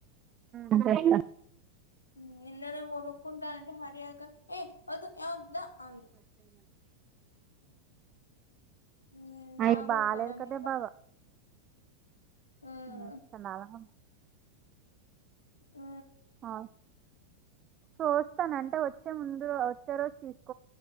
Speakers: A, on the right; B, on the left.
A: ఉ తెస్తా
B: ఉ నిన్న నేను గొనుకుంటా అంటె హరి అక్క ఏయ్ వద్దు ఏమోద్దు దా అంది ఉమ్ బాగోట్లేదని
A: అయి బాలేదు కదే
B: ఈడ
A: బావ
B: ఉమ్
A: అంత చెండాలంగుంది
B: ఊ
A: ఆ చూస్తాను అంటే ఒచ్చే ముందు ఒచ్చే రోజు